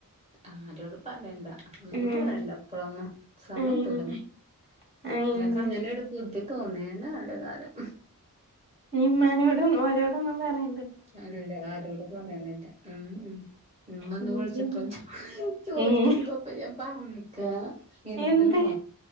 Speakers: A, on the right; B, on the right.
A: ആരോടും പറണ്ടാ ഒന്നും
B: ഉം
A: പറയണ്ട ഇപ്പഴൊന്നും സമയണ്ടല്ലോ
B: ഉം അയിന്
A: ങ്ങക്ക് അങ്ങനൊരു ബുദ്ധി തോന്നിയന്നെ നല്ല കാലം
B: ഇമ്മാനോടും ഓലോടൊന്നും പറയ
A: അല്ല ആരോടും പറയ്ണില്ല മം മം ഇമ്മ ഇന്ന്
B: ഉം
A: വിളിച്ചപ്പളും
B: പിന്നെ
A: ചോ ചോയിച്ച്
B: ഉം
A: അപ്പം ഞാൻ പറഞ്ഞ് ക്കാ എന്ത്ന്നോ
B: എന്ത്